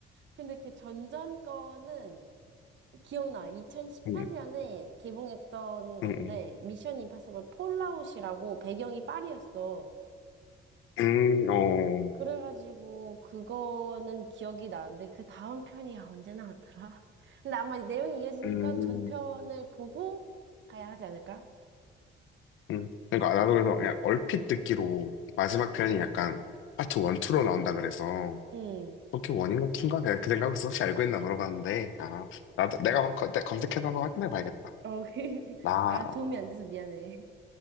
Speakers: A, on the right; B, on the left.
A: 근데 그 전전 거는 기억나. 2018년에
B: 응응.
A: 개봉했던 건데,
B: 응, 응.
A: 미션 임파서블 폴아웃이라고 배경이 파리였어.
B: 음, 어.
A: 그래가지고, 그거는 기억이 나는데, 그 다음 편이 야 언제 나왔더라? <laughs> 근데 아마 내용이 이어지니까
B: 음.
A: 전편을 보고 가야 하지 않을까?
B: 음. 그러니까 나도 그래서 그냥 얼핏 듣기로 마지막 편이 약간 파트 1, 2로 나온다 그래서
A: 응.
B: 그렇게 원인가 투인가 내가 그 생각에서 혹시 알고 있나 물어봤는데 아 나도 내가 한번 검- 검색해서 한번 확인해 봐야겠다.
A: 어, 그- <laughs>
B: 나
A: 아, 도움이 안 돼서 미안해.